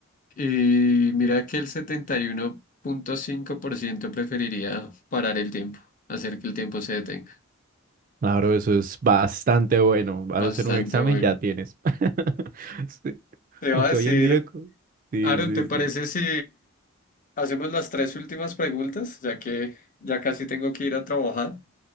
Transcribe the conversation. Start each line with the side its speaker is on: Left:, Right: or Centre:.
Left: Y mira que el setenta y uno punto cinco por ciento preferiría parar el tiempo, hacer que el tiempo se detenga.
Right: Claro, eso es bastante bueno. Vas
Left: Bastante
Right: a hacer un examen,
Left: bueno.
Right: ya tienes. <laughs> Sí.
Left: Te iba
Right: Aunque
Left: a decir,
Right: hoy en día... co- Sí,
Left: Aaron,
Right: sí,
Left: ¿te parece
Right: sí.
Left: si hacemos las tres últimas preguntas, ya que ya casi tengo que ir a trabajar?